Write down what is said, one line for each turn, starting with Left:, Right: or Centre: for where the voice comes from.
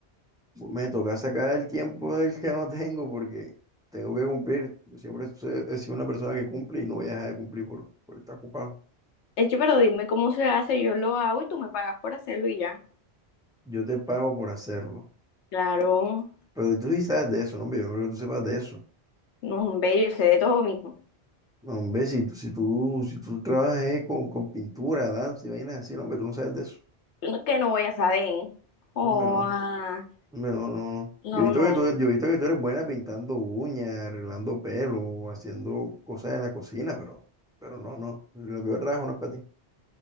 Centre: Me toca sacar el tiempo del que no tengo porque tengo que cumplir. Yo siempre he he sido una persona que cumple y no voy a dejar de cumplir por, por estar ocupado.
Left: Eche, pero dime cómo se hace, yo lo hago y tú me pagas por hacerlo y ya.
Centre: Yo te pago por hacerlo.
Left: Claro,
Centre: Pero que tú sí sabes de eso, no, hombre, yo no creo que tú sepas de eso.
Left: no, hombre, yo sé de todo, mijo.
Centre: No, hombre, si, tú- si tú, si tú trabajas eh, con, con pintura, danza y vainas así, no, hombre, tú no sabes de eso.
Left: Yo no, Que no voy a saber. Oh,
Centre: No, hombre, no,
Left: ah,
Centre: hombre, no, no, no.
Left: no,
Centre: Yo he visto
Left: no.
Centre: que tú, yo he visto que tú eres buena pintando uñas, arreglando pelo, haciendo cosas en la cocina, pero, pero no, no. Lo que yo trabajo no es para ti.